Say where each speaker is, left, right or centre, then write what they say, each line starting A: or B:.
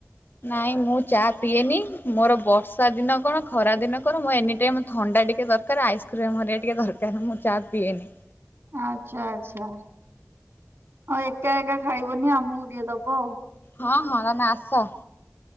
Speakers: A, on the left; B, on the right.
A: ନାଇଁ ମୁଁ ଚା ପିଏନି ମୋର ବର୍ଷା ଦିନ କଣ ଖରା ଦିନ କଣ ମୁ ଏନି ଟାଇମ ଥଣ୍ଡା ଟିକେ ଦର କାର ଆଇସ୍କ୍ରିମ୍ ହେରିକା ଟିକେ ଦରକାର ମୁଁ ଚା ପିଏନି।
B: ଆଚ୍ଛା ଆଚ୍ଛା ଆଉ ଏକା ଏକା ଖାଇବନି ଆମକୁ ଟିକେ ଦବ ଆଉ ଆଉ।
A: ହଁ ହଁ ତମେ ଆସ।